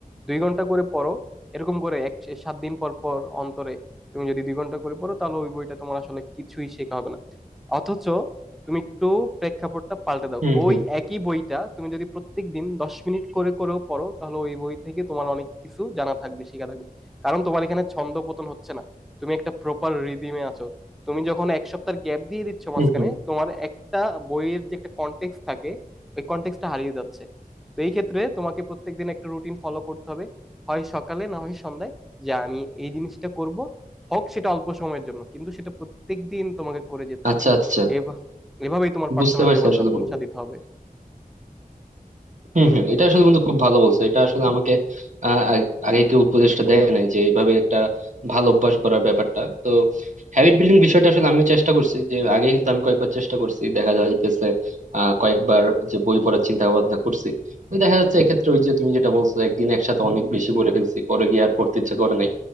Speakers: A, in the centre; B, on the right.
A: দুই ঘন্টা করে পড়ো এরকম করে এক সাত দিন পর পর অন্তরে তুমি যদি দুই ঘন্টা করে পড়ো তাহলে ওই বইটা তোমার আসলে কিছুই শেখা হবে না অথচ তুমি একটু প্রেক্ষাপটটা পাল্টে দাও
B: হুম
A: ওই
B: হুম হুম
A: একই বইটা তুমি যদি প্রত্যেকদিন দশ মিনিট করে করেও পড়ো তাহলে ওই বই থেকে তোমার অনেক কিছু জানা থাকবে শেখা থাকবে কারণ তোমার এখানে ছন্দ পতন হচ্ছে না তুমি একটা প্রপার রিদিমে আছো তুমি যখন এক সপ্তাহ গ্যাপ দিয়ে দিচ্ছ মাঝখানে
B: হুম হুম
A: তোমার একটা বইয়ের যে একটা কনটেক্সট থাকে ওই কনটেক্সটটা হারিয়ে যাচ্ছে তো এই ক্ষেত্রে তোমাকে প্রত্যেকদিন একটা রুটিন ফলো করতে হবে হয় সকালে না হয় সন্ধ্যায় যে আমি এই জিনিসটা করব হোক সেটা অল্প সময়ের জন্য কিন্তু সেটা প্রত্যেকদিন তোমাকে করে যেতে
B: আচ্ছা
A: হবে
B: আচ্ছা
A: এভাবে এভাবেই তোমার পার্সোনাল
B: বুঝতে পারছি
A: ডেভেলপমেন্টটা
B: আসলে বন্ধু
A: দিতে হবে
B: হম হম এটা আসলে বন্ধু খুব ভালো বলছো এটা আসলে আমাকে আহ, আগ- আগে কেউ উপদেশটা দেয় নাই যে এইভাবে একটা ভালো অভ্যাস করার ব্যাপারটা তো হ্যাবিট বিল্ডিং বিষয়টা আসলে আমিও চেষ্টা করছি যে আগে কিন্তু আমি কয়েকবার চেষ্টা করছি দেখা যাইতেছে আহ কয়েকবার যে বই পড়ার চিন্তা ভাবনা করছি তো দেখা যাচ্ছে এক্ষেত্রে ওই যে তুমি যেটা বলছো একদিন একসাথে অনেক বেশি পড়ে ফেলছি পরে গিয়ে আর পড়তে ইচ্ছা করে নাই